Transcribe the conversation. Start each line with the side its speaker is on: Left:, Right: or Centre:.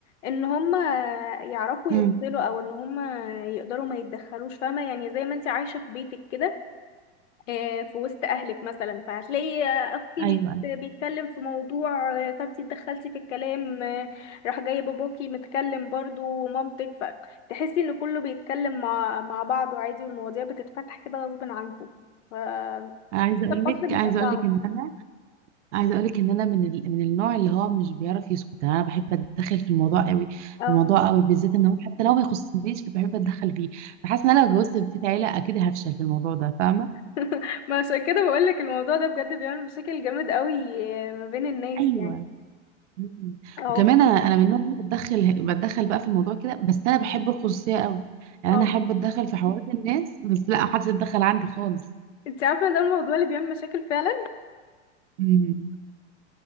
Left: إن هما يعرفوا
Right: مم.
Left: يفصلوا أو إن هما يقدروا ما يتدخلوش فاهمة يعني زي ما انت عايشة في بيتك كده آه، في وسط اهلك مثلا فهتلاقي آه، اخوكي
Right: ايوه
Left: بيت-
Right: ايوه
Left: بيتكلم في موضوع آه، فانت اتدخلتي في الكلام آه، راح جاي باباكي متكلم برضو ومامتك فتحسي ان كله بيتكلم مع مع بعضه عادي والمواضيع بتتفتح كده غصب عنكم فالفصل
Right: انا عايزه اقول لك
Left: بيبقى
Right: عايزه
Left: صعب
Right: اقول لك ان انا عايزه اقولك ان انا من ال... من النوع اللي هو مش بيعرف يسكت انا بحب اتدخل في الموضوع قوي
Left: اه
Right: الموضوع قوي بالذات ان هو حتى لو ما يخصنيش بحب اتدخل فيه فحاسه ان انا لو اتجوزت في بيت عيله اكيد هفشل في الموضوع ده فاهمه
Left: <laughs> ما عشان كده بقولك الموضوع ده بجد بيعمل مشاكل جامد قوي آه، ما بين الناس
Right: ايوه
Left: يعني
Right: مم.
Left: اه
Right: وكمان انا انا من النوع اللي بتدخل بتدخل بقى في الموضوع كده بس انا بحب الخصوصيه قوي يعني
Left: اه
Right: انا احب اتدخل في حوارات الناس بس لا محدش يتدخل عندي خالص
Left: انت عارفه إن ده الموضوع اللي بيعمل مشاكل فعلا
Right: مم.